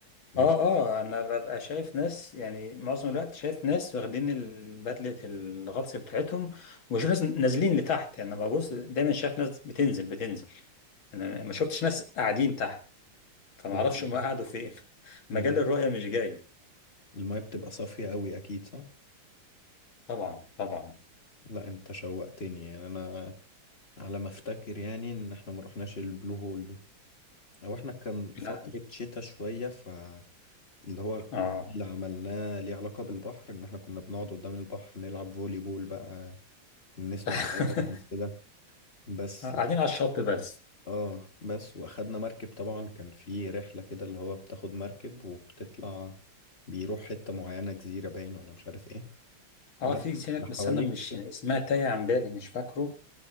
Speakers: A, on the left; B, on the left.
A: مش
B: اه اه انا ببقى شايف ناس يعني معظم الوقت شايف ناس واخدين ال- بدله الغطس بتاعتهم وبشوف ناس نازلين لتحت يعني انا ببص دايما شايف ناس بتنزل بتنزل انا ما شفتش ناس قاعدين تحت فما
A: ولا-
B: اعرفش هم قعدوا فين <laughs> مجال
A: الماء
B: الرؤية مش جاي
A: الماء بتبقى صافية قوي أكيد صح؟
B: طبعا طبعا
A: لا انت شوقتني يعني انا على ما افتكر يعني ان احنا ما رحناش البلو هول دي او احنا كان فترة
B: لا
A: شتاء شوية فاللي هو
B: اه
A: كل اللي عملناه ليه علاقة بالبحر ان احنا كنا بنقعد قدام البحر نلعب فولي بول بقى نسمع
B: <laughs>
A: اغاني كده بس
B: قاعدين
A: لا.
B: على الشط بس
A: اه بس واخدنا مركب طبعا كان في رحلة كده اللي هو بتاخد مركب وبتطلع بيروح حتة معينة جزيرة باين ولا مش عارف ايه بس
B: اه في هناك
A: حواليك
B: بس انا مش يعني اسمها تايه عن بالي مش فاكره